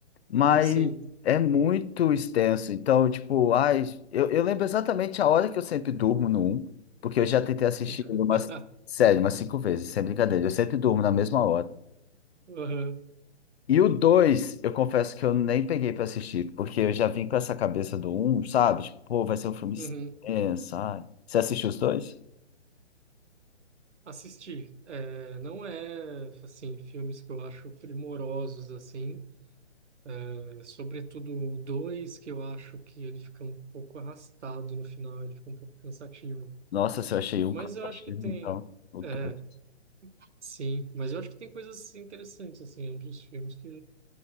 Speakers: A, on the left (about 65°); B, on the right (about 80°).
A: Mas
B: Sim.
A: é muito extenso. Então, tipo, ai, eu, eu lembro exatamente a hora que eu sempre durmo no um, porque eu já tentei assistir
B: <laughs>
A: ele umas, sério, umas cinco vezes, sem brincadeira. Eu sempre durmo na mesma hora.
B: Aham.
A: E o 2, eu confesso que eu nem peguei pra assistir, porque eu já vim com essa cabeça do um, sabe? Tipo, pô, vai ser um filme
B: Uhum.
A: extenso, sabe? Você assistiu os dois?
B: Assistir. É, não é, assim, filmes que eu acho primorosos, assim, É, sobretudo o 2, que eu acho que ele fica um pouco arrastado no final, ele fica um pouco cansativo.
A: Nossa, se eu achei um
B: Mas
A: cansativo,
B: eu acho que tem.
A: então, o
B: É,
A: dois.
B: sim, mas eu acho que tem coisas interessantes, assim, ambos os filmes que,